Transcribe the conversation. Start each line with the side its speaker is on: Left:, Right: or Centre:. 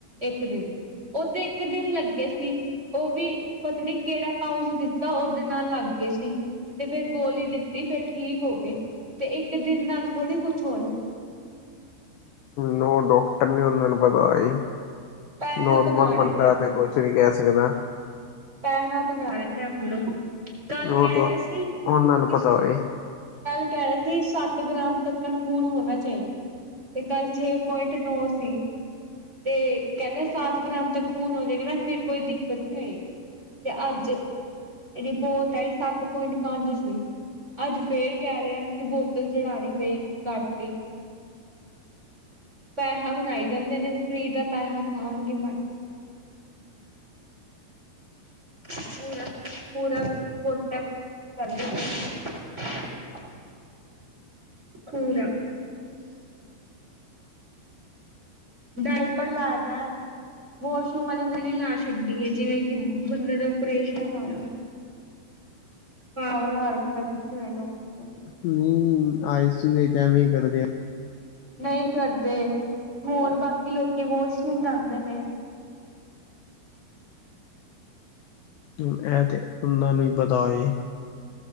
Right: ਇੱਕ ਦਿਨ ਉਹ ਤੇ ਇੱਕ ਦਿਨ ਲੱਗੇ ਸੀ ਉਹ ਵੀ ਪਤਾ ਨੀ ਕਿਹੜਾ ਪਾਊਚ ਦਿੱਤਾ ਉਹਦੇ ਨਾਲ ਲੱਗ ਗਏ ਸੀ ਤੇ ਫੇਰ ਗੋਲੀ ਦਿੱਤੀ ਫਿਰ ਠੀਕ ਹੋ ਗਏ ਤੇ ਇੱਕ ਦਿਨ ਨਾਲ ਥੋੜ੍ਹੀ ਕੁਛ ਹੋ ਜਾਂਦਾ
Left: ਉਹ ਡੋਕਟਰ ਨੇ ਉਨਾ ਨੂੰ ਪਤਾ ਏ
Right: ਪੈਸਾ
Left: ਨੋਰਮਲ
Right: ਬਣਾ ਰਹੇ
Left: ਬੰਦਾ
Right: ਨੇ ਆਪਣਾ
Left: ਤੇ ਕੁਛ ਨੀ ਕਹਿ ਸ ਏਅਵਾਂ
Right: ਪੈਸਾ ਬਣਾ ਰਹੇ ਨੇ ਆਪਣਾ ਕੱਲ
Left: ਉਹ
Right: ਕਹਿ
Left: ਤਾਂ
Right: ਰਿਹਾ ਸੀ
Left: ਉਹਨਾਂ ਨੂੰ
Right: ਕੱਲ
Left: ਪਤਾ ਹੋਏ
Right: ਕਹਿ ਰਿਹਾ ਸੀ ਸੱਤ ਗ੍ਰਾਮ ਤੱਕ ਖੂਨ ਹੋਣਾ ਚਾਹੀਦਾ ਤੇ ਕੱਲ ਛੇ ਪੁਆਇੰਟ ਨੌ ਸੀ ਤੇ ਕਹਿੰਦੇ ਸਾਤ ਗ੍ਰਾਮ ਤਕ ਖੂਨ ਹੋ ਜਾਏਗਾ ਨਾ ਫਿਰ ਕੋਈ ਦਿੱਕਤ ਨੀ ਆਏਗੀ ਤੇ ਅੱਜ ਰਿਪੋਰਟ ਆਈ ਸੱਤ ਪੁਆਇੰਟ ਪੰਜ ਸੀ ਅੱਜ ਫੇਰ ਕਹਿ ਰਿਹਾ ਕਿ ਬੋਤਲ ਚੜ੍ਹਉਣੀ ਪਏਗੀ ਘਟ ਏ। ਪੈਸਾ ਬਣਾਈ ਜਾਂਦੇ ਨੇ ਫਰੀ ਦਾ ਪੈਸਾ ਖਾਣਗੇ ਮਰ ਜਾਣਾ ਪੂਰਕ- ਪੂਰਕ ਕੋਟਿਆ ਕਰਨ <unintelligible> ਪੂਰਾ ਡਾਇਪਰ ਲਾਯਾ ਦਾ ਵਾਸ਼ਰੂਮ ਵਾਲੀ ਨਲੀ ਲਾ ਛੱਡੀ ਹੈ ਜਿਵੇਂ ਕਿ ਬੰਦੇ ਦਾ ਓਪਰੇਸ਼ਨ ਹੋਯਾ ਹੋਵੇ ਆ ਹਰਕਤਾਂ ਕਰਦੇ ਨੇ ਡਾਕਟਰ-
Left: ਨਹੀਂ ਆਈ ਸੀ ਯੁ ਐਵੇਂ ਹੀ ਕਰਦੇ ਆ
Right: ਨਹੀਂ ਕਰਦੇ ਹੋਰ ਬਾਕੀ ਲੋਕੀ ਵਾਸ਼ਰੂਮ ਜਾਂਦੇ ਪਏ ਨੇ
Left: ਇਹ ਤੇ ਉਹਨਾਂ ਨੂੰ ਹੀ ਪਤਾ ਏ